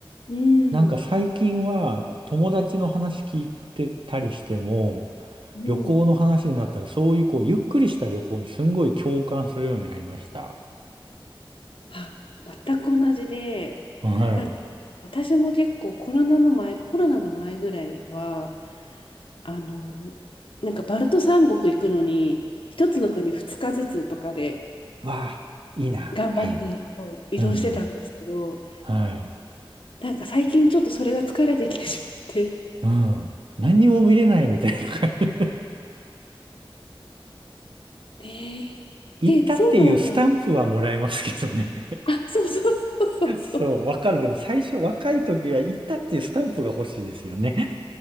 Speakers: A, on the left; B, on the right.
A: うん、
B: なんか最近は友達の話聞いてたりしても、
A: うん。
B: 旅行の話になったら、そういうこう、ゆっくりした旅行にすんごい共感するようになりました。
A: あ、全く同じで、
B: はい。
A: なんか私も結構コロナの前、コロナの前ぐらいは、あの、なんかバルト三国行くのに、一つの国二日ずつとかで
B: わあ、いいな。
A: 頑張ってそう移動してたんですけど、
B: はい。うんうん。はい。
A: なんか最近ちょっとそれが疲れてきてしまって。
B: うん。何にも見れないみたいな感じ。
A: ねえ
B: 行ったっていうスタンプはもらえますけどね。
A: で、ソウルは、あ、そうそうそうそうそう。
B: <laughs> そう、わかる。でも最初若い時は行ったっていうスタンプが欲しいですよね。